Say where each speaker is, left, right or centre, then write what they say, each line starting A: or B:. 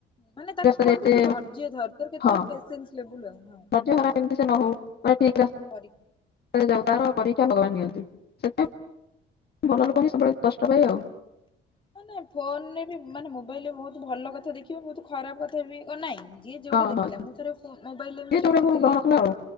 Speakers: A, on the left; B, on the left.
A: ମାନେ ତାକୁ
B: ରାସ୍ତାରେ
A: କୁହନ୍ତି
B: ଏତେ
A: ତୁ ଧଯ୍ୟ ଧ ତର କେତେ
B: ହଁ
A: ପେସେନ୍ସ ଲେବୁଲ ହଁ।
B: ଧୈର୍ଯ୍ୟ ହରା କେମିତି ସେ ନ ହଉ <unintelligible>
A: କରିକି
B: ତାର ପରୀକ୍ଷା ଭଗବାନ ନିଅନ୍ତ। ଭଲ ଲୋକ ସବୁବେଳେ କଷ୍ଟ ପାଏ ଆଉ।
A: ମାନେ ଫୋନରେ ମାନେ ମୋବାଇଲରେ ବୋହୁତ ଭଲ କଥା ଦେଖିବ ବୋହୁତ ଖରାପ କଥା ବି ନାହିଁ। ଯିଏ ଯୋଉଟା
B: ହଁ
A: ଦେଖିଲା
B: ହଁ
A: ମୁଁ ଥର ମୋବାଇଲରେ ଏମିତି
B: ଯିଏ ଯୋଉଟାକୁ
A: ଦେଖୁଥିଲି
B: ଗ୍ରହଣ କଲା ଆଉ।